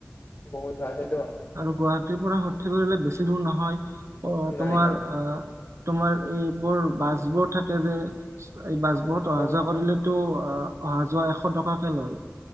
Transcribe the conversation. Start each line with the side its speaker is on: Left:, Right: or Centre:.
Left: বহুত হয়, সেইটো হয়।
Right: আৰু গুৱাহাটীৰ পৰা সৰ্থেবাৰী বাৰিলে বেছি দূৰ নহয়। আহ
Left: নাই
Right: তোমাৰ
Left: নহয়
Right: আহ তোমাৰ এইবোৰ বাছবোৰ থাকে যে, এই বাছবোৰত অহা
Left: অ
Right: যোৱা কৰিলে টো অ অহা যোৱা এশ টকা কে লয়,